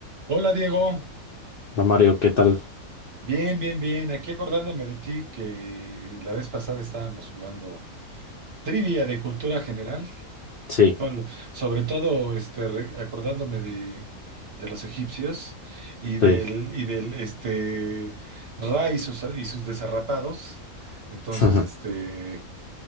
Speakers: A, on the right (about 50°); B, on the left (about 60°).
A: Hola Diego,
B: Va Mario, ¿qué tal?
A: bien, bien, bien. Aquí acordándome de ti que la vez pasada estábamos jugando trivia de cultura general,
B: Sí,
A: con- sobre todo este, re- acordándome de, de los egipcios y del,
B: sí.
A: y del este, Ra y sus, y sus desarrapados. Entonces,
B: <laughs>
A: este,